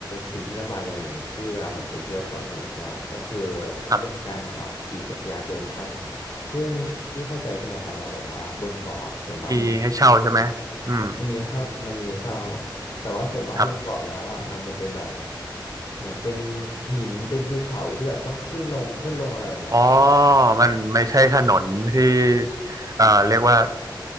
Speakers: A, on the left; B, on the right.
A: สิ่งที่ลำบากอย่างหนึ่งที่เวลาผมไปเที่ยวเกาะเสม็ดใช่ไหมครับก็คือ
B: ครับ
A: เรื่องการขับขี่จักรยานยนต์ครับซึ่งพี่เข้าใจใช่ไหมครับว่าแบบว่าบนเกาะอะส่วนมากมันจะเป็นแบบ
B: มีให้เช่าใช่ไหมอืม
A: มันมนมีให้เข้ามันมีให้เช่าครับผมแต่ว่าส่วนมากบนเกาะแล้วอ่ะมันจะเป็นแบบ
B: ครับ
A: เหมือนเป็นหินเป็นภูเขาที่แบบต้องขึ้นลงขึ้นลงอะไรแบบเนี้ยก็
B: อ๋อมันไม่ใช่ถนนที่
A: เป็นทางลาด
B: เอ่อเรียกว่า